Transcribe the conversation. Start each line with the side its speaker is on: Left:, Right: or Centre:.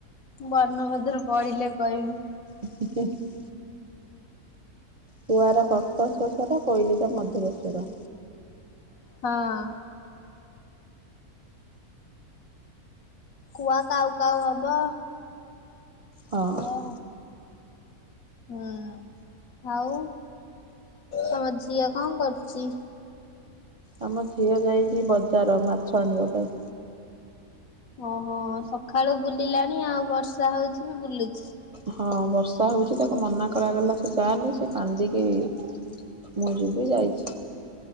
Left: ବର୍ଣ୍ଣବୋଧରେ ପଢିଲେ କହିବି।
Right: <unintelligible> କୁଆର କ୍କଶେଶ୍ୱର କୋଇଲିର ମଧୁରେଶ୍ଵର।
Left: ହଁ। କୁଆ କାଉ କାଉ ହବ
Right: ହଁ।
Left: ଏ ହୁଁ ଆଉ। ତମ ଝିଅ କଣ କରୁଛି?
Right: ଆମ ଝିଅ ଯାଇଛି ବଜାର ମାଛ ଆଣିବା ପାଇଁ।
Left: ଓହୋ ସକାଳୁ ବୁଲିଲାଣି ଆଉ ବର୍ଷା ହଉଛି ବି ବୁଲୁଚ
Right: ହଁ ବର୍ଷା ହଉଛି ତାକୁ ମନା କରାଗଲା ତୁ ଯାନି ସେ କାନ୍ଦିକି ମୁଁ ଯିବି ଯାଇଛି।